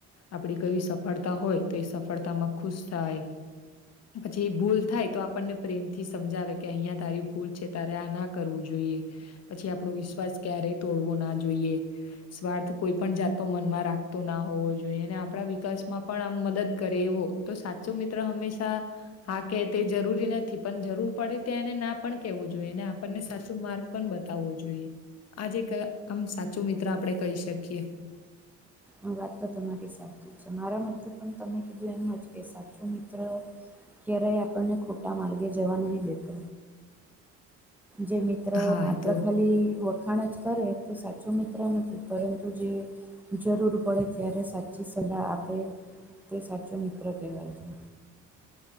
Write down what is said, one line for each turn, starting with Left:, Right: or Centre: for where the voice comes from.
Left: આપડી કઈ સફળતા હોય તો એ સફળતામાં ખુશ થાય પછી ભૂલ થાય તો આ પણને પ્રેમથી સમજાવે કે અહીંયા તારી ભૂલ છે તારે આ ના કરવું જોઈએ પછી આપડો વિશ્વાસ ક્યારેય તોડવો ના જોઈએ સ્વાર્થ કોઈ પણ જાતોનો મનમાં રાખતો ના હોવો જોઈએ અને આપડા વિકાસ માં પણ આમ મદદ કરે એવો તો સાચો મિત્ર હંમેશા હા કે તે જરૂરી નથી પણ જરૂર પડે ત્યા એને ના પણ કેવું જોઈએ અનેને આપણને સાચું માર્ગ પણ બતાવવો જોઈએ આજે કયા આમ સાચો મિત્ર આપડે કહી શકીએ
Centre: આ વાત તો તમારી સાચી છે મારા મતે પણ તમે કીધું એમ જ કે સાચો મિત્ર ક્યારેય આપણને ખોટા માર્ગે જવા નહી દેતો જે મિત્ર
Left: હા
Centre: માત્ર
Left: એ તો
Centre: ખાલી ખાણ જ કરે તે સાચો મિત્ર નથી પરંતુ જે જરૂર પડે ત્યારે સાચી સલાહ આપે તે સાચો મિત્ર કહેવાય છે